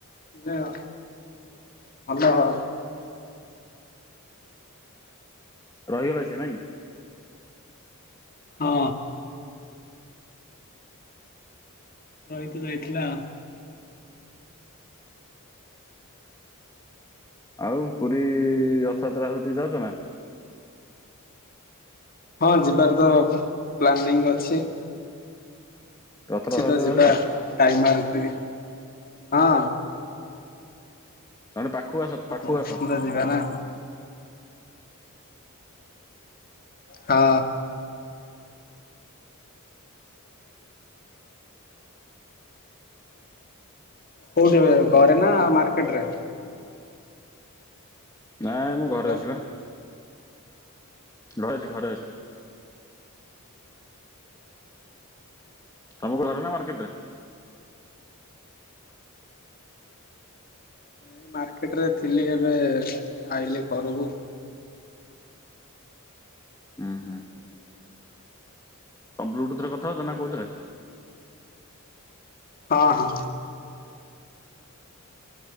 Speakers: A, on the left (about 40°); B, on the left (about 15°).
A: <unintelligible> ସତ କହ।
B: ରହିଗଲା ସିଏ ନାଇଁ।
A: ହଁ। ରହିତ ଯାଇଥିଲା।
B: ଆଉ ପୁରୀ ରଥଯାତ୍ରା ହଉଛି ଯାଉଛ ନା?
A: ହଁ ଯିବାର ତ ପ୍ଲାନିଂ ଅଛି।
B: ରଥ ରଥଯାତ୍ରା
A: ସେତ ଯିବା
B: ଯାଉଛ ନା?
A: ଟାଇମ <unintelligible> ହଁ।
B: ତମେ ପାଖକୁ ଆସ ପାଖକୁ
A: ନିଶ୍ଚିନ୍ତ
B: ଆସ।
A: ଯିବା ନା ହଁ। କୋଉଠି ଘରେ ନା ମାର୍କେଟରେ?
B: ନାଇଁ ମୁଁ ଘରେ
A: ହ୍ୟାଲୋ
B: ଅଛିବା। ଘରେ ଅଛି ଘରେ ଅ ତମ <unintelligible> ମାର୍କେଟରେ?
A: ଏଇ ମାର୍କେଟ ରେ ଥିଲି ଏବେ ଆଇଲିି ଘରକୁ।
B: ହଁ ହଁ। <unintelligible> ବ୍ଲୁ ଟୁଥରେ କଥା ହଉଛ ନା କଉଥିରେ?
A: ହଁ ହଁ।